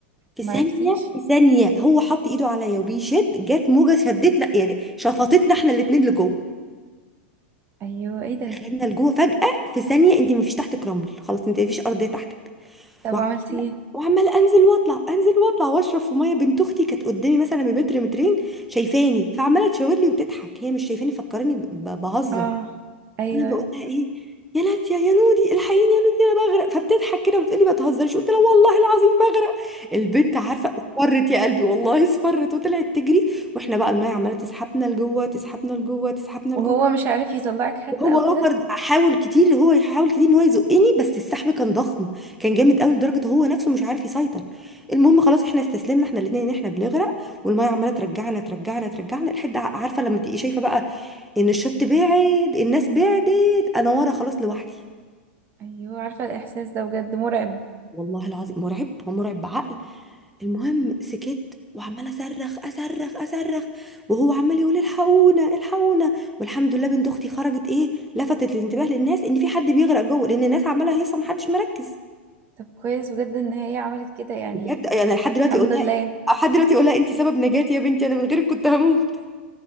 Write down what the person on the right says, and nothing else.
معرفتيش
ايوه ايه ده
طب
وعملتي ايه
اه ايوه
وهو
مش عارف يطلعك حتى
او
كده
ايوه عارفه الاحساس ده بجد مرعب
طب كويس بجد ان هي عملت كده يعني
الحمد
لله